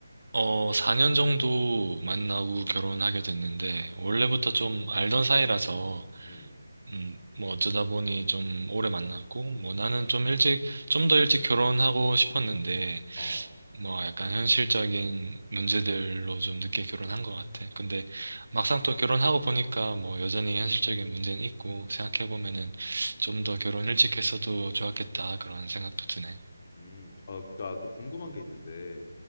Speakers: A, on the right; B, on the left.
A: 어, 4년 정도 만나고 결혼하게 됐는데, 원래부터 좀 알던 사이라서,
B: 음.
A: 음, 뭐 어쩌다 보니 좀 오래 만났고, 뭐 나는 좀 일찍, 좀 더 일찍 결혼하고 싶었는데,
B: 어.
A: 뭐 약간 현실적인 문제들로 좀 늦게 결혼한 것 같아. 근데 막상 또 결혼하고 보니까 뭐 여전히
B: 음.
A: 현실적인 문제는 있고, 생각해보면은 좀 더 결혼 일찍 했어도 좋았겠다, 그런 생각도 드네.
B: 음, 아, 나 또 궁금한 게 있는데,